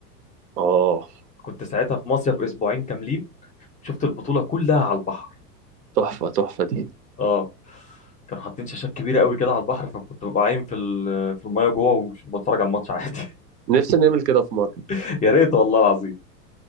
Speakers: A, on the right; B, on the left.
A: اه
B: كنت ساعتها في مصيف اسبوعين كاملين شفت البطوله كلها على البحر
A: تحفة تحفة دي
B: اه كانوا حاطين شاشات كبيره قوي كده على البحر فكنت ببقى عايم في ال- في المايه جوه وبتفرج على الماتش عادي
A: نفسي نعمل كده في مرة
B: <laughs> يا ريت والله العظيم